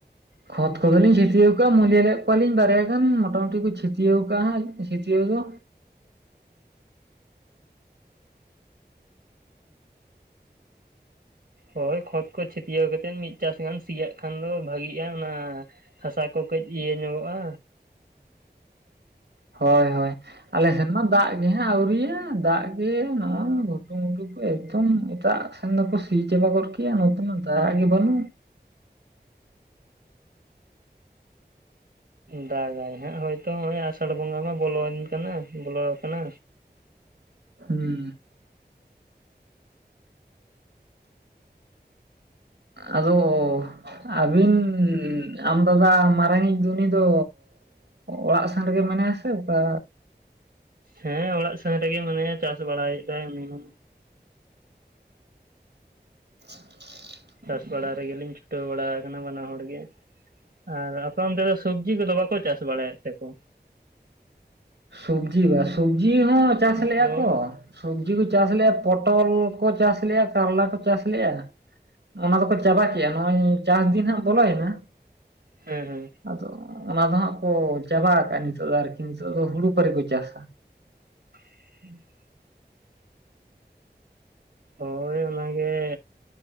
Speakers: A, on the right (about 80°); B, on the right (about 70°).
A: ᱠᱷᱚᱛ ᱠᱚᱫᱚᱞᱤᱧ ᱪᱷᱟᱹᱛᱤᱭᱟᱹᱣ ᱠᱟᱜᱼᱟ ᱢᱩᱞᱭᱟᱹ ᱞᱮᱜ ᱠᱚᱣᱟᱞᱤᱧ ᱵᱟᱨᱭᱟ ᱜᱟᱱ ᱢᱚᱴᱟᱢᱩᱴᱤ ᱠᱚ ᱪᱷᱟᱹᱛᱤᱭᱟᱹᱣ ᱠᱟᱜᱼᱟ ᱪᱷᱮᱛᱤᱭᱟᱹᱣ ᱫᱚ
B: ᱦᱳᱭ ᱠᱷᱚᱛ ᱠᱚ ᱪᱷᱟᱛᱤᱭᱟᱹᱣ ᱠᱟᱛᱮᱫ ᱢᱤᱫ ᱪᱟᱥ ᱜᱟᱱ ᱥᱤᱭᱟᱜ ᱠᱷᱟᱱ ᱫᱚ ᱵᱷᱟᱜᱤᱜᱼᱟ ᱚᱱᱟ ᱦᱟᱥᱟ ᱠᱚ ᱠᱟᱹᱡ ᱤᱭᱟᱹ ᱧᱚᱜᱚᱜᱼᱟ
A: ᱦᱳᱭ ᱦᱳᱭ ᱟᱞᱮ ᱥᱮᱱ ᱢᱟ ᱫᱟᱜ ᱜᱮ ᱦᱟᱸᱜ ᱟᱹᱣᱨᱤᱭᱟ ᱫᱟᱜ ᱜᱮ ᱱᱚᱜᱼᱚᱭ ᱜᱷᱩᱴᱩᱢᱩᱴᱩ ᱮᱠᱫᱚᱢ ᱮᱴᱟᱜ ᱥᱮᱱ ᱫᱚᱠᱚ ᱥᱤ ᱪᱟᱵᱟ ᱜᱟᱫ ᱠᱮᱜᱼᱟ ᱱᱚᱛᱮ ᱢᱟ ᱫᱟᱜ ᱜᱮ ᱵᱟᱹᱱᱩᱜ
B: ᱫᱟᱜᱟᱭ ᱦᱟᱸᱜ ᱦᱳᱭᱛᱚ ᱚᱸᱱᱮ ᱟᱥᱟᱲ ᱵᱚᱸᱜᱟ ᱢᱟ ᱵᱚᱞᱚᱭᱮᱱ ᱠᱟᱱᱟ ᱵᱚᱞᱚ ᱠᱟᱱᱟ
A: ᱦᱩᱸ ᱟᱫᱚ ᱟᱹᱵᱤᱱ ᱟᱢ ᱫᱟᱫᱟ ᱢᱟᱨᱟᱝᱤᱡ ᱫᱚ ᱩᱱᱤ ᱫᱚ ᱚᱲᱟᱜ ᱥᱮᱱ ᱨᱮᱜᱮ ᱢᱮᱱᱟᱭᱟ ᱥᱮ ᱚᱠᱟ
B: ᱦᱮᱸ ᱚᱲᱟᱜ ᱥᱮᱱ ᱨᱮᱜᱮ ᱢᱟᱱᱮᱭᱟ ᱪᱟᱥ ᱵᱟᱲᱟᱭᱮᱫ ᱫᱟᱭ ᱩᱱᱤ ᱦᱚᱸ
A: <inaudible> <unintelligible>
B: ᱪᱟᱥ ᱵᱟᱲᱟ ᱨᱮᱜᱮᱞᱤᱧ ᱪᱷᱩᱴᱟᱹᱣ ᱵᱟᱲᱟ ᱟᱠᱟᱱᱟ ᱵᱟᱱᱟ ᱦᱚᱲ ᱜᱮ ᱟᱨ ᱟᱯᱮ ᱚᱱᱛᱮ ᱫᱚ ᱥᱚᱵᱽᱡᱤ ᱠᱚᱫᱚ ᱵᱟᱠᱚ ᱪᱟᱥ ᱵᱟᱲᱟᱭᱮᱫ ᱛᱮᱠᱚ
A: ᱥᱚᱵᱽᱡᱤ ᱵᱟ ᱥᱚᱵᱽᱡᱤ ᱦᱚᱸ ᱪᱟᱥ ᱞᱮᱫᱼᱟ
B: ᱦᱳᱭ
A: ᱠᱚ ᱥᱚᱵᱽᱡᱤ ᱠᱚ ᱪᱟᱥ ᱞᱮᱜᱼᱟ ᱯᱚᱴᱚᱞ ᱠᱚ ᱪᱟᱥ ᱞᱮᱜᱼᱟ ᱠᱟᱨᱞᱟ ᱠᱚ ᱪᱟᱥ ᱞᱮᱜᱼᱟ ᱚᱱᱟ ᱫᱚᱠᱚ ᱪᱟᱵᱟ ᱠᱮᱜᱼᱟ ᱱᱚᱜ ᱚᱭ ᱪᱟᱥ ᱫᱤᱱ ᱦᱟᱸᱜ ᱵᱚᱞᱚᱭᱮᱱᱟ
B: ᱦᱮᱸ ᱦᱮᱸ
A: ᱟᱫᱚ ᱚᱱᱟ ᱫᱚ ᱦᱟᱸᱜ ᱠᱚ ᱪᱟᱵᱟ ᱟᱠᱟᱜᱼᱟ ᱱᱤᱛᱚᱜ ᱫᱚ ᱟᱨᱠᱤ ᱱᱤᱛᱚᱜ ᱫᱚ ᱦᱩᱲᱩ ᱯᱟᱹᱨᱤ ᱠᱚ ᱪᱟᱥᱟ
B: <inaudible> ᱦᱳᱭ ᱚᱱᱟᱜᱮ